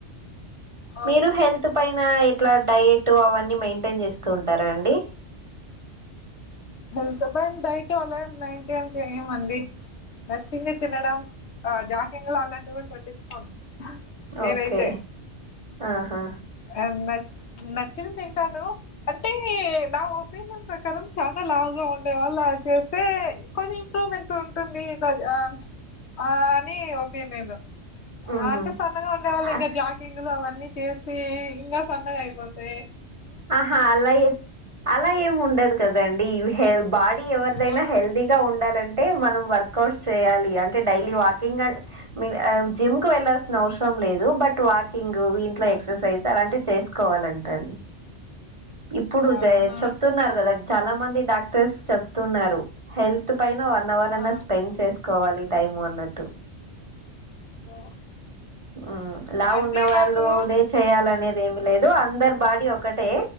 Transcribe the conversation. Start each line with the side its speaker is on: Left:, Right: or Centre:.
Left: అవును
Right: మీరు హెల్త్ పైన ట్లా డైట్ అవన్నీ మెయింటైన్ చేస్తూ ఉంటారా అండి
Left: హెల్త్ బన్ డైట్ అలా ఏం మెయింటైన్ చెయ్యమండి నచ్చింది తినడం ఆ జాహింగ్ లు అలాంటివి కూడా పట్టిచ్చుకోం నేనైతే
Right: ఓకే ఆహా
Left: అం బ నచ్చింది తింటాను అంటే నా ఒపీనియన్ ప్రకారం చా నా లావుగా ఉండే వాళ్ళు ఆ చేస్తే కొంచం ఇంప్రూవ్మెంట్ ఉంటుంది ఆ ఆ అని ఒపీనియన్
Right: ఉహు
Left: అంటే సన్నగా ఉండేవాళ్ళు
Right: ఆ-
Left: ఇంకా జాకింగులు అవన్ నీ చేసి ఇంకా సన్నగా అయిపోతే
Right: ఆహా అలా ఏ అలా ఏం ఉండదు కదండి యూ హేవ్ బా డీ ఎవరిదైనా
Left: ఆ
Right: హెల్దీగా ఉండాలంటే మనం వర్క్ కౌట్స్ చెయ్యాలి అంటే డైలీ వాకింగ్ అన్ మిన్ అవ్ జిమ్ కు వెళ్లాల్సిన అవసరం లేదు బట్ వాకింగ్ ఇంట్లో
Left: ఆ
Right: ఎక్సర్సైజ్ అలాంటి చేసుకోవాలంట అండి ఇప్పుడు జె
Left: అవునా
Right: చెప్తున్నారు కదా చాలా మంది డాక్టర్స్ చెప్తున్నారు హెల్త్ పైన వాళ్ నవర్ అన్నా
Left: ఆ
Right: స్పెండ్ చేసుకోవాలి టైము అన్నట్టు
Left: ఓ
Right: ఊ లావు
Left: అంటే
Right: ఉన్న వాళ్ళు
Left: నాకు
Right: లడే చెయ్యాలనేది ఏమి లేదు అందరూ బాడీ ఒకటే